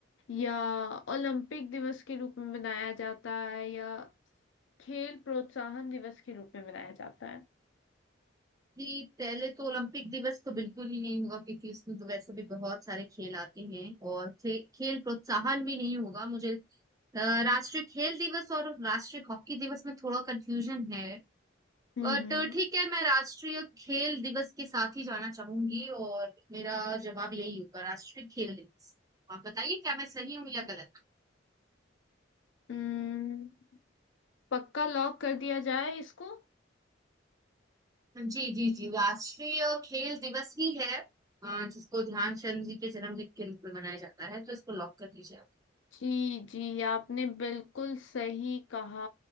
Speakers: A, on the left; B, on the right.
A: या ओलंपिक दिवस के रूप में मनाया जाता है या खेल प्रोत्साहन दिवस के रूप में मनाया जाता है
B: जी पहले तो ओलंपिक दिवस तो बिल्कुल ही नहीं होगा क्योंकि इसमें तो वैसे भी बहुत सारे खेल आते हैं और खे, खेल प्रोत्साहन भी नहीं होगा मुझे अ, राष्ट्रीय खेल दिवस और राष्ट्रीय हॉकी दिवस में थोड़ा कंफ्यूजन है
A: हम्म
B: बट
A: हम्म,
B: ठीक है मैं राष्ट्रीय खेल दिवस के साथ ही जाना चाहूंगी और मेरा जवाब यही होगा राष्ट्रीय खेल दिवस आप बताइए क्या मैं सही हूँ या गलत
A: हम्म, पक्का लॉक कर दिया जाए इसको
B: जी जी जी राष्ट्रीय खेल दिवस ही है अ, जिसको ध्यानचंद जी के जन्मदिन के रूप में मनाया जाता है तो इसको लॉक कर दीजिए आप।
A: जी जी आपने बिल्कुल सही कहा